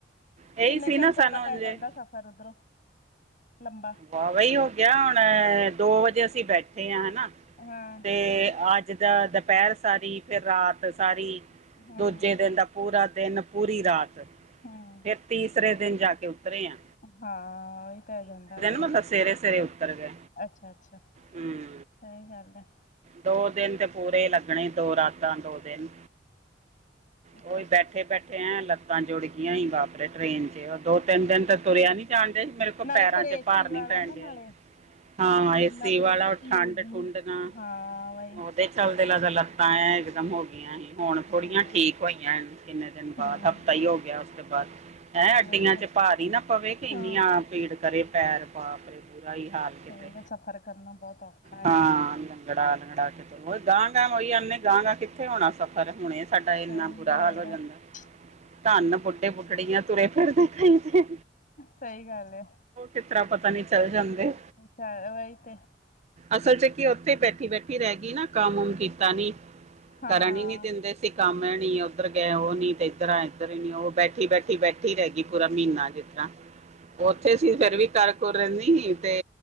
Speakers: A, on the right; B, on the left.
A: ਇਹੀ
B: ਕਿੰਨੇ
A: ਸੀ
B: ਘੰਟਿਆਂ
A: ਨਾ ਸਾਨੂੰ
B: ਦਾ ਪੈ
A: ਜੇ
B: ਜਾਂਦਾ ਸਫ਼ਰ ਉੱਧਰੋਂ ਲੰਬਾ
A: ਵਾਹ ਵਹੀ ਹੋ ਗਿਆ ਹੁਣ ਦੋ ਵਜੇ ਅਸੀਂ ਬੈਠੇ ਹਾਂ ਹਨਾ
B: ਹਾਂ
A: ਤੇ ਅੱਜ ਦਾ ਦੁਪਹਿਰ ਸਾਰੀ ਫ ਰਾਤ ਸਾਰੀ
B: ਹੂੰ
A: ਦੂਜੇ ਦਿਨ ਦਾ ਪੂਰਾ ਦਿਨ ਪੂਰੀ ਰਾਤ
B: ਹੂੰ
A: ਫਿਰ ਤੀਸਰੇ ਦਿਨ ਜਾ ਕੇ ਉਤਰੇ ਆ
B: ਹਾਂ ਹੀ ਪੈ ਜਾਂਦਾ ਉੱਧਰੋਂ
A: ਮਤਲਬ ਸਵੇਰੇ ਸਵੇਰੇ ਉਤਰ ਗਏ
B: ਅੱਛਾ ਅੱਛਾ ਸਹੀ
A: ਹੂੰ
B: ਗੱਲ ਹੈ
A: ਦੋ ਦਿਨ ਤੇ ਪੂਰੇ ਲੱਗਣੇ ਦੋ ਰਾਤਾਂ ਦੋ ਦਿਨ ਉਹੀ
B: ਤੇ
A: ਬੈਠੇ ਬੈਠੇ ਲੱਤਾਂ ਜੁੜ ਗਈਆਂ ਈ ਬਾਪਰੇ ਟਰੇਨ ਚ ਉਹ ਦੋ ਤਿੰਨ ਦਿਨ ਤੇ ਤੁਰਿਆ ਨੀ ਜਾਣਦੇ ਸੀ ਮੇਰੇ ਕੋਲ
B: ਨਾਲੇ
A: ਪੈਰਾਂ
B: ਫਿਰ ਏਸੀ
A: ਚ ਭਾਰ
B: ਵਾਲਾ
A: ਨੀ ਪੈਣ
B: ਨਾ
A: ਡਿਆ
B: ਨਾਲੇ
A: ਇ ਹਾਂ। ਏਸੀ
B: ਉਹਨਾਂ ਤੋਂ
A: ਵਾਲਾ।
B: ਯੂਜ
A: ਠੰਡ-
B: ਨਹੀਂ
A: ਠੁੰਡ ਨਾ,
B: ਹਾਂ ਬਾਈ
A: ਉਹਦੇ ਚੱਲਦੇ ਲਗੱ। ਤਾਂ ਇਕਦਮ ਹੋ ਗਈਆਂ ਸੀ। ਹੁਣ ਥੋੜੀਆਂ
B: ਹਾਂ
A: ਠੀਕ ਹੋਈਆਂ। ਕਿੰਨੇ ਦਿਨ
B: ਹੂੰ
A: ਬਾਅਦ। ਹਫ਼ਤਾ ਹੀ, ਹੋ ਗਿਆ ਉਸ ਤੋਂ ਬਾਅਦ। ਹੈਂ।
B: ਆਈ
A: ਅੱਡੀਆਂ
B: ਤੇ
A: ਚ, ਭਾਰ ਹੀ ਨਾ ਪਵੇ। ਕਿ ਪਿੰਨੀਆਂ
B: ਹਾਂ
A: ਭੀੜ, ਕਰੇ ਪੈਰ। ਪਾਪੇ ਬੁਰਾ ਹੀ ਹਾਲ ਕਿਤੇ
B: ਸਹੀ ਸਫ਼ਰ ਕਰਨਾ ਬਹੁਤ ਔਖਾ ਹੈ
A: ਹਾਂ <unintelligible> ਗਾਂ ਗਾਂਹੀ ਆਨੇ ਗਾਂਗਾਾਂ ਕਿੱਥੇ ਹੋਣਾ ਸਫ਼ਰ ਹੁਣੇ ਸਾਡਾ
B: ਸਹੀ
A: ਇੰਨਾ ਬੁਰਾ
B: ਗੱਲ
A: ਹਾਲ ਹੋ ਜਾਂਦਾ
B: <unintelligible>
A: ਧਨ ਬੂਡੇ ਬੁਡੜੀਆਂ ਤੁਰੇ ਫਿਰਦੇ ਖਦੇ
B: ਸਹੀ ਗੱਲ ਹੈ
A: ਇਸ ਤਰ੍ਹਾਂ ਪਤਾ ਨੀ ਚੱਲ ਜਾਂਦੇ
B: ਚੱਲ ਵਈ ਤੇ
A: ਅਸਲ ਚ ਕੀ ਉੱਥੇ ਬੈਠੇ ਬੈਠੀ ਬੈਠੀ ਰਹਿ ਗਈ ਨਾ ਕੰਮ ਉਮ ਕੀਤਾ ਨੀ
B: ਹਾਂ
A: ਕਰਨ ਹੀ ਨੀ ਦਿੰਦੇ ਸੀਂ ਕੰਮ ਹੈ ਨ ਉੱਧਰ ਗਏ ਉਹ ਨੀ ਤੇ ਇੱਧਰ ਆਏ ਉਹ ਬੈਠੀ ਬੈਠੀ ਬੈਠੀ ਰਹਿ ਗਈ ਪੂਰਾ ਮਹੀਨਾ ਜਿਸ ਤਰ੍ਹਾਂ ਉੱਥੇ ਸੀ ਫੇਿਰ ਵੀ ਕਰ-ਕੁਰ ਰਹਿੰਦੀ ਸੀ, ਤੇ